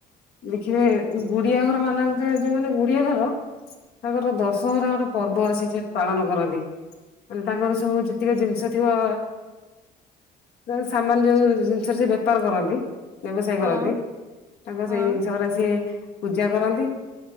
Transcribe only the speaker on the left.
ଦେଖିବେ ଗୁଡିଆ ଘର ମାନଙ୍କେ ଯୋଉ ମାନେ ଗୁଡିଆ ଘର ତାଙ୍କର ଦଶହରା ଗୋଟେ ପର୍ବ ଅଛି ସେ ପାଳନ କରନ୍ତି। ମାନେ ତାଙ୍କର ସବୁ ଯେତିକି ଜିନିଷ ଥିବ ଅ ସାମାନ
ଯୋଉ ଜି ସ ସେ ବେପାର କରନ୍ତି ବ୍ୟବସାୟ
କରନ୍ତି ତାଙ୍କର
ସେଇ ଜିନିଷ ଉରା ସେ ପୂଜା କରନ୍ତି।